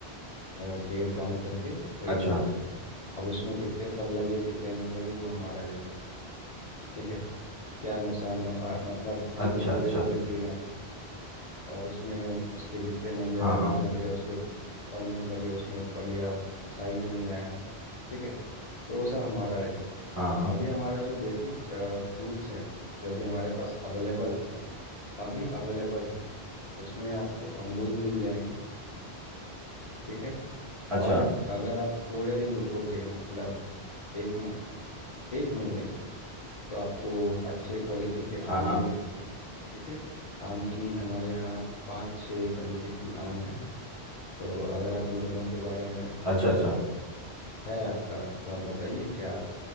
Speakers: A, on the left; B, on the right.
A: अ, पेड़ काउंट करके खरीद
B: अच्छा
A: लेते हैं अब उसमें कितने फल लगे कितने नहीं लगे वो हमारा रिस्क ठीक है क्या नुकसान नफा मतलब मान
B: अच्छा
A: लो ओले
B: अच्छा
A: ओले गिर गए और उसमें उसके जितने मंजर
B: हाँ
A: है
B: हाँ
A: वो झड़ गए उसके फल नहीं लगे उसमें बढ़िया साइज नहीं आया ठीक है तो वो सब हमारा रिस्क
B: हाँ हाँ
A: अभी हमारा जो बेसिक फ्रूट्स है जो अभी हमारे पास अवेलेबल है अभी अवेलेबल है उसमें आपको अमरूद मिल जाएंगे ठीक है
B: अच्छा
A: और अगर आप थोड़े दिन रुकोगे मतलब एक म, एक महीने तो आपको अच्छे क्वालिटी के
B: हाँ
A: आम
B: हाँ
A: मिलेंगे ठीक है आम की हमारे यहाँ पाँच छः तरीके की आम है तो अगर आप इन दोनों के बारे में
B: अच्छा अच्छा
A: अ, है आपका तो आप बताइए क्या